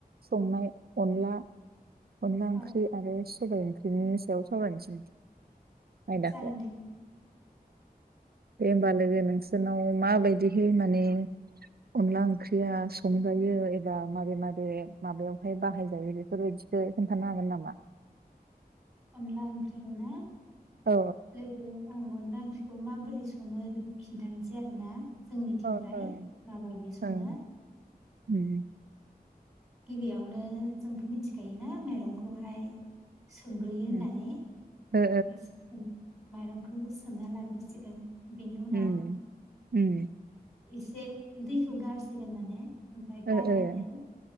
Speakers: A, on the right; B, in the centre.
A: संनाय अनला अनला ओंख्रि
B: औ
A: आरो सबाइ ओंख्रिनि सायाव सावरायनोसै। आयदाखौ
B: जागोन दे
A: दे होनबा लोगो नोंसोरनाव माबायदिहै माने अनला ओंख्रिया संजायो एबा माबे माबे माबायावहाय बाहायजायो बेफोरबायदि। खोन्थानो हागोन नामा
B: अनला ओंख्रिखौ ना
A: औ
B: लोगो ओ अनला ओंख्रैखौ माबोरै सङो बेखौ खिन्थानोसै आरोना जोंनिथिंजाय
A: ओ ओ
B: मा बायदि सङो।
A: ओं उम
B: गिबियावनो जोंथ मिथिखायोना माइरंखौहाय सोमग्रोयो होननानै
A: उम ओ
B: एसे माइरंखौ सोमन्ना लाग्रोसिग बिनि उनाव
A: उम उम
B: एसे दैखौ गारसिगोन माने आमफ्राय
A: ओ
B: गारनानै
A: ओ